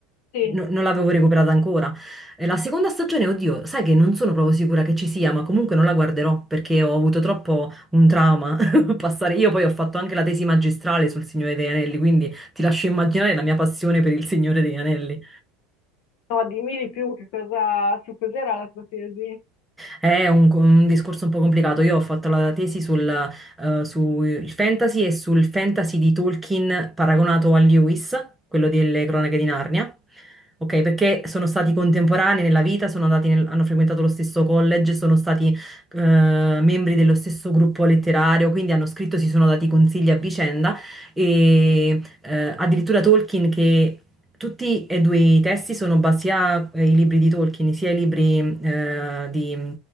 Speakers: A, on the left; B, in the centre.
A: Sì,
B: no- non l'avevo recuperata ancora. E la seconda stagione, oddio, sai che non sono proprio sicura che ci sia, ma comunque non la guarderò perché ho avuto troppo un trauma <laughs> passare. Io poi ho fatto anche la tesi magistrale sul Signore degli Anelli, quindi ti lascio immaginare la mia passione per il Signore degli Anelli.
A: no, dimmi di più che cosa, su cos'era la tua tesi.
B: È un, un discorso un po' complicato. Io ho fatto la tesi sul, eh, sul fantasy e sul fantasy di Tolkien paragonato a Lewis, quello delle Cronache di Narnia. Ok, perché sono stati contemporanei nella vita, sono andati nel- hanno frequentato lo stesso college, sono stati eh, membri dello stesso gruppo letterario, quindi hanno scritto, si sono dati consigli a vicenda e eh, addirittura Tolkien che tutti e due i testi sono basati sia eh, i libri di Tolkien, sia i libri eh, di